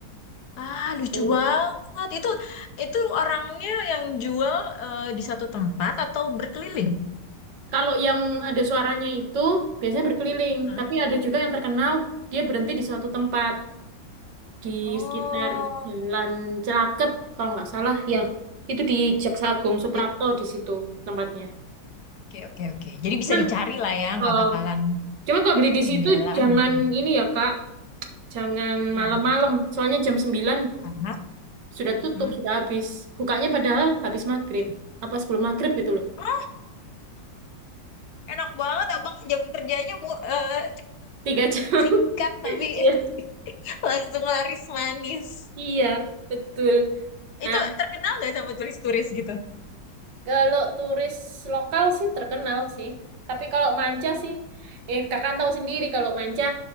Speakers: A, on the left; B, on the right.
A: Ah, lucu
B: Oh.
A: banget. Itu itu orangnya yang jual eh, di satu tempat atau berkeliling?
B: Kalau yang ada suaranya itu biasanya berkeliling,
A: Hah?
B: tapi ada juga yang terkenal dia berhenti di suatu tempat di
A: Oh,
B: sekitar Jalan Celaket kalau nggak salah ya. Itu di Jaksa Agung Suprapto
A: jadi-
B: di situ tempatnya.
A: oke oke oke. Jadi
B: Cuman
A: bisa dicari lah ya,
B: kalau
A: nggak bakalan
B: cuman kalau beli
A: ketinggalan
B: di situ jangan
A: gitu.
B: ini ya Kak, Jangan
A: Kenapa?
B: malam-malam, soalnya jam 9
A: Karena
B: sudah tutup,
A: Hmm.
B: sudah habis. Bukanya padahal habis maghrib.
A: Ih,
B: Apa sebelum maghrib gitu loh.
A: ah, enak banget abang jam kerjanya mu, eh,
B: Tiga jam.
A: singkat
B: <laughs>
A: tapi
B: Iya,
A: <laughs> langsung laris manis.
B: Iya, betul. Nah,
A: Itu terkenal nggak sama turis-turis gitu?
B: kalau turis lokal sih terkenal sih. Tapi kalau manca sih, eh kakak tahu sendiri kalau manca